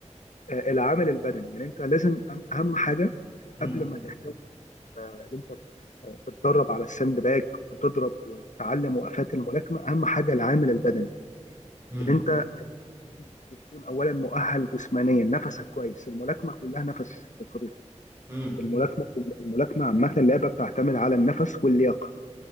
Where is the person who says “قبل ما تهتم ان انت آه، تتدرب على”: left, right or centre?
Left